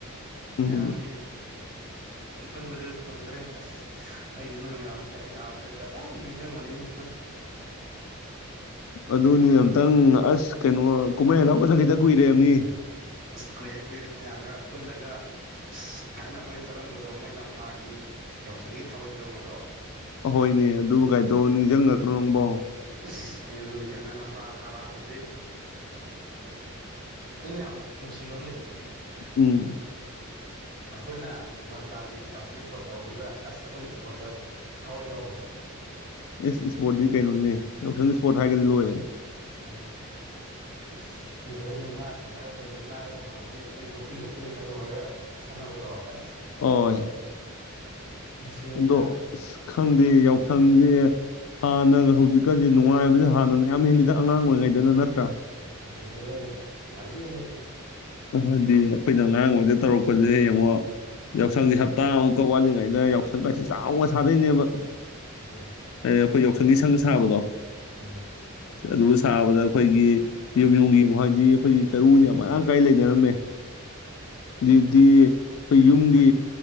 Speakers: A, on the left; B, on the right.
A: ꯎꯝ
B: ꯃꯌꯥꯝꯒꯤ ꯄꯨꯟꯕꯁꯨ ꯐꯪꯗ꯭ꯔꯦ ꯑꯁ ꯑꯩꯗꯤ ꯅꯣꯏ ꯃꯌꯥꯝꯁꯦ ꯑꯩꯅ ꯑꯥꯗ ꯂꯩꯔꯒ ꯑꯗꯨꯝ ꯅꯤꯡꯖꯡꯕꯅꯤꯅꯦ
A: ꯑꯗꯨꯅꯤ ꯑꯝꯇꯪ ꯑꯁ ꯀꯩꯅꯣ ꯀꯨꯝꯍꯩ ꯍꯥꯎꯒ ꯆꯠꯈꯤꯗ ꯀꯨꯏꯔꯦꯝꯅꯤ
B: ꯀꯨꯏꯔꯦ ꯀꯨꯏꯔꯦ ꯃꯌꯥꯝꯒ ꯄꯨꯜꯂꯒ ꯑꯁ-ꯊꯥꯏꯅ ꯈꯣꯏꯅ ꯆꯠꯂꯝꯕꯗꯣ ꯃꯣꯏ ꯂꯝꯇꯥꯒꯤ ꯌꯥꯎꯁꯪꯒꯤ ꯊꯥꯕꯜ ꯆꯣꯡꯕꯗꯣ꯫
A: ꯍꯣꯏꯅꯦ ꯑꯗꯨꯒꯥꯏꯗꯣ ꯅꯤꯡꯖꯪꯉꯛꯇ꯭ꯔꯣ ꯅꯪꯕꯣ꯫
B: ꯑꯁ ꯑꯩꯅ ꯑꯗꯨ ꯅꯤꯡꯁꯤꯡꯉꯒ ꯂꯝꯇꯥ ꯊꯥ ꯂꯥꯛꯄꯁꯤ ꯑꯩꯅ ꯌꯥꯝ ꯅꯨꯡꯁꯤꯕ ꯑꯃ ꯂꯩꯌꯦ꯫
A: ꯎꯝ꯫
B: ꯑꯈꯣꯏꯅ ꯂꯝꯇꯥꯒꯤ ꯌꯥꯎꯁꯪ ꯏ꯭ꯁꯄꯣꯔꯠ ꯇꯧꯕꯗꯨꯗ ꯑꯁ ꯑꯩꯈꯣꯏꯅ ꯏ꯭ꯁꯄꯣꯔꯠꯇ ꯊꯋꯥꯏ ꯌꯥꯎꯕꯗꯣ꯫
A: ꯑꯦ ꯁ꯭ꯄꯣꯔꯠꯇꯤ ꯀꯩꯅꯣꯅꯦ ꯌꯥꯎꯁꯪ ꯁ꯭ꯄꯣꯔꯠ ꯍꯥꯏꯒ꯭ꯔꯗꯤ ꯂꯣꯏꯔꯦ꯫
B: ꯎꯝ ꯑꯁ ꯑꯗꯨꯗꯒ ꯃꯨꯛꯅꯥ ꯁꯥꯟꯅꯔꯒ ꯑꯈꯣꯏ ꯃꯨꯛꯅꯥꯒ ꯁꯥꯟꯅꯕꯒꯤ ꯑꯩꯈꯣꯏ ꯒ꯭ꯔꯨꯞꯄꯤꯡ ꯒ꯭ꯔꯨꯞꯄꯤꯡꯒ ꯈꯥꯏꯗꯣꯛꯅꯔꯒ ꯁꯥꯟꯅꯕꯗꯣ꯫ ꯑꯁ
A: ꯑꯣꯏ꯫
B: ꯅꯨꯡꯁꯤꯕꯅꯤꯗ
A: ꯑꯗꯣ ꯈꯪꯗꯦ ꯌꯥꯎꯁꯪꯁꯦ ꯍꯥꯟꯅꯒ ꯍꯧꯖꯤꯛꯀꯗꯤ ꯅꯨꯡꯉꯥꯏꯕꯖꯦ ꯍꯥꯟꯅꯅ ꯌꯥꯝ ꯍꯦꯜꯂꯤꯗ ꯑꯉꯥꯡ ꯑꯣꯏꯔꯤꯉꯩꯗꯅ ꯅꯠꯇ꯭ꯔꯥ꯫
B: ꯑ ꯍꯦꯜꯂꯦ ꯍꯦꯜꯂꯦ ꯌꯥꯝ ꯊꯤ ꯍꯦꯜꯂꯦ ꯗꯨꯗꯤ꯫
A: ꯍꯥꯏꯗꯤ ꯑꯈꯣꯏꯅ ꯑꯉꯥꯡ ꯑꯣꯏꯉꯩꯗ ꯇꯧꯔꯛꯄꯁꯦ ꯌꯦꯡꯉꯣ ꯌꯥꯎꯁꯪꯁꯦ ꯍꯞꯇꯥ ꯃꯨꯛꯀ ꯋꯥꯠꯂꯤꯉꯩꯗ ꯌꯥꯎꯁꯪ ꯀꯥꯁꯦ ꯆꯥꯎꯅ ꯁꯥꯗꯣꯏꯅꯦꯕ꯫
B: ꯎꯝ꯫
A: ꯑꯩ ꯑꯩꯈꯣꯏ ꯌꯥꯎꯁꯪꯒꯤ ꯁꯪ ꯁꯥꯕꯗꯣ꯫
B: ꯎꯝ꯫
A: ꯑꯗꯨ ꯁꯥꯕꯗ ꯑꯈꯣꯏꯒꯤ ꯌꯨꯝ ꯌꯨꯝꯒꯤ ꯍꯥꯏꯗꯤ ꯑꯩꯈꯣꯏꯒꯤ ꯆꯔꯨꯁꯦ ꯌꯥꯝ ꯃꯔꯥꯡ ꯀꯥꯏ ꯂꯩꯅꯔꯝꯃꯦ꯫ ꯍꯥꯏꯗꯤ ꯑꯩꯈꯣꯏ ꯌꯨꯝꯒꯤ